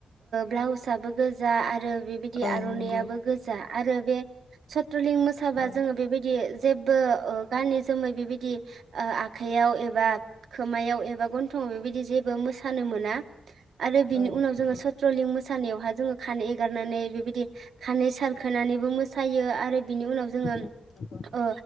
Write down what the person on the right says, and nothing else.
ब्लाउसाबबो गोजा आरो बेबिदि
आरनायआबो
गोजा। आरो बे स ट्रलिं मोसाबा
जोङो बेबिदि जेबबो ओ गानै जोमै बेबायदि ओ आखाइयाव एबा खोमायाव एबा गन्थंआव बेबायदि जेबो मोसानो मोना। आरो बिनि
उनाव
जोङो सत्रलिं मोसानायावहा जोङो खानाय एगारनानै बेबायदि खानै सारखोनानैबो मोसायो आरो बिनि उनाव जोङो
ओ